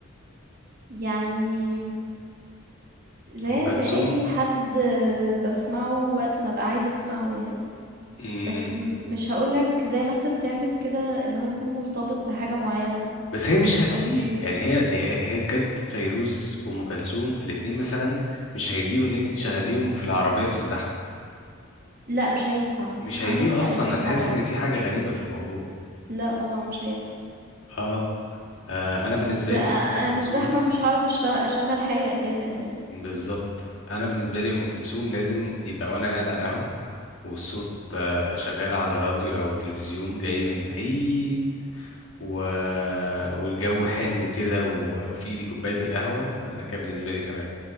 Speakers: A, on the right; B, on the left.
A: يعني زي
B: أم كلثوم
A: زي اي حد آه، بسمعه وقت ما ابقى عايزه اسمعه يعني
B: مم.
A: بس م- مش هقولك زي ما انت بتعمل كده ان هو يكون مرتبط بحاجه معينه
B: بس هي مش هتليق
A: قصدي
B: يعني هي هي هي بجد فيروز وام كلثوم الاتنين مثلا مش هيليقوا ان انت تشغليهم في العربيه في الزحمه
A: لا مش هينفع
B: مش
A: عندك
B: هيليقوا
A: حق
B: اصلا
A: في دي
B: هتحس
A: طبعا
B: ان في حاجه غريبه في الموضوع
A: لا طبعا مش هينفع
B: اه, آه انا بالنسبه
A: بس آه،
B: لي ام
A: انا
B: كلثوم
A: في الزحمه مش هعرف اشتغل اشغل حاجه اساسا يعني
B: بالظبط انا بالنسبه لي ام كلثوم لازم يبقى وانا قاعد على القهوه والصوت آه شغال على راديو او تلفزيون جاي من بعيد و... والجو حلو كده وفي ايدي كوبايه القهوه انا كان بالنسبه لي تمام